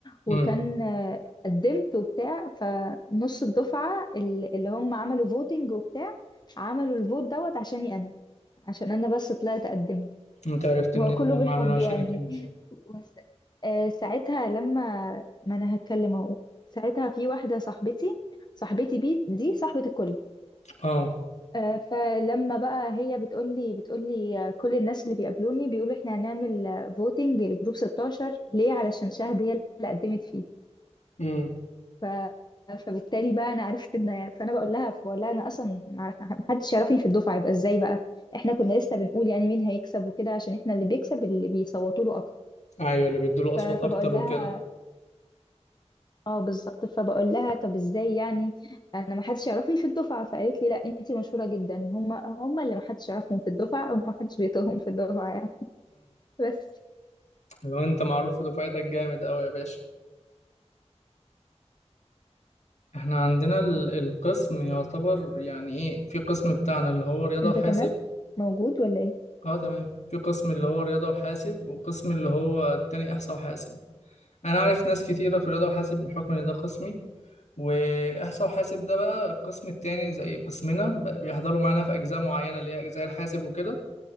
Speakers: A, on the left; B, on the left.
A: وكان
B: امم
A: آه، قدمت وبتاع فنص الدفعة ال- اللي هم عملوا فوتنج وبتاع عملوا الفوت دوت عشاني أنا عشان أنا بس طلعت قدمت
B: انت عرفت
A: هو
B: منين
A: كله
B: ان هم
A: بالحب
B: عاملينه عشانك
A: يعني
B: انت
A: بس آه، ساعتها لما ما أنا هتكلم أهو ساعتها في واحدة صاحبتي صاحبتي بي دي صاحبة الكل
B: اه
A: آه، فلما بقى هي بتقولي بتقولي آه، كل الناس اللي بيقابلوني بيقولوا احنا هنعمل فوتنج لجروب 16 ليه علشان شهد هي اللي قدمت فيه
B: امم
A: ف... فبالتالي بقى انا عرفت ان فانا بقول لها فبقول لها انا اصلا ما حدش يعرفني في الدفعه يبقى ازاي بقى احنا كنا لسه بنقول يعني مين هيكسب وكده عشان احنا اللي بيكسب اللي بيصوتوا له اكتر
B: ايوه اللي بيدوا له اصوات
A: ف... فبقول
B: اكتر
A: لها
B: وكده
A: اه بالظبط فبقول لها طب ازاي يعني انا ما حدش يعرفني في الدفعه فقالت لي لا انتي مشهوره جدا هم هم اللي ما حدش يعرفهم في الدفعه او ما حدش بيطيقهم في الدفعه يعني بس
B: لو انت معروف في دفعتك جامد قوي يا باشا احنا عندنا ال- القسم يعتبر يعني ايه في قسم بتاعنا اللي هو رياضة
A: انت
B: وحاسب
A: تمام موجود ولا ايه
B: اه تمام في قسم اللي هو رياضة وحاسب وقسم اللي هو التاني احصاء وحاسب انا عارف ناس كتيرة في رياضة وحاسب بحكم ان ده قسمي واحصاء وحاسب ده بقى القسم التاني زي قسمنا ب- بيحضروا معانا في اجزاء معينة اللي هي اجزاء الحاسب وكده